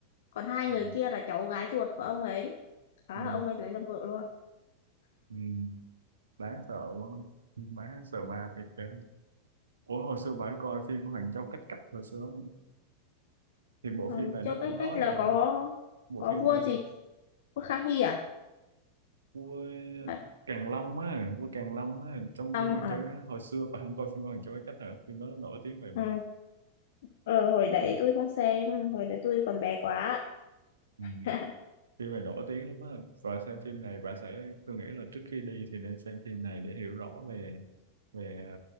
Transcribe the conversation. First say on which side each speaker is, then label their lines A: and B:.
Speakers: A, on the left; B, on the right.
A: còn hai
B: Ừ.
A: người kia là cháu gái ruột của ông ấy Đó
B: Ừ.
A: là ông ấy lấy làm vợ luôn
B: Ừ. đáng sợ quá đáng sợ ma thiệt kìa ủa hồi xưa bà coi phim Hoàng Châu Cách Cách hồi xưa thì bộ
A: Ừ,
B: phim này
A: Châu
B: nó
A: Cách
B: cũng nói
A: Cách là
B: về
A: có
B: bộ
A: có
B: phim
A: vua
B: này
A: gì vua Khang Hy à?
B: vua
A: à
B: Càn Long á vua Càn Long á trong
A: không
B: phim Hoàng
A: à
B: Châu á, hồi xưa bạn không coi phim Hoàng Châu cách hả phim đó nó nổi tiếng về
A: ừ. ờ, hồi đấy tôi không xem hồi đấy tôi còn bé quá
B: ừ,
A: <laughs>
B: phim này nổi tiếng lắm á và xem phim này bạn sẽ tôi nghĩ là trước khi đi thì nên xem phim này để hiểu rõ về về